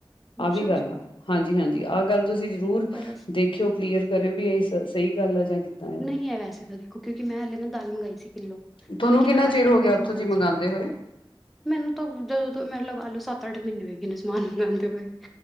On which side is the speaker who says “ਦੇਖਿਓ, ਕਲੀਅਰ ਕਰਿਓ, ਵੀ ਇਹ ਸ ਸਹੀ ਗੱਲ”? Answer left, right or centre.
Left